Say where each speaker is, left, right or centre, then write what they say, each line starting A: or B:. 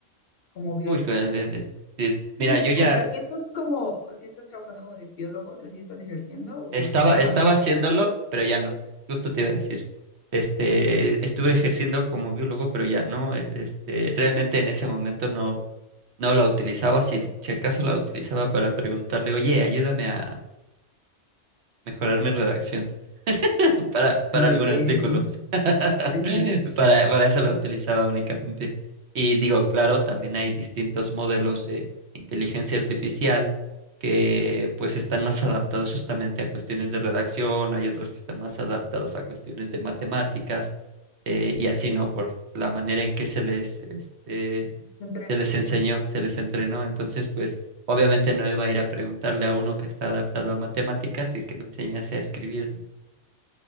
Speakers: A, on the left (about 60°); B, on the right (about 65°).
A: como biólogo?
B: Uy, co- de- de- de- mira,
A: Sí,
B: yo ya
A: o sea, si estás como, si estás trabajando como de biólogo, o sea, si estás ejerciendo o
B: Estaba,
A: estás trabajando.
B: estaba haciéndolo, pero ya no. Justo te iba a decir. Este, estuve ejerciendo como biólogo, pero ya no. e- Este, realmente en ese momento no, no la utilizaba. Si, si acaso la utilizaba para preguntarle, oye, ayúdame a mejorar mi redacción <laughs> para, para
A: Ah, ok,
B: algún artículo.
A: ok.
B: <laughs>
A: Sí, sí.
B: Para, para eso la utilizaba únicamente. Y digo, claro, también hay distintos modelos de inteligencia artificial que pues están más adaptados justamente a cuestiones de redacción, hay otros que están más adaptados a cuestiones de matemáticas eh, y así, ¿no? Por la manera en que se les, este,
A: Se entrena.
B: se les enseñó, se les entrenó. Entonces, pues obviamente no iba a ir a preguntarle a uno que está adaptado a matemáticas y que me enseñase a escribir.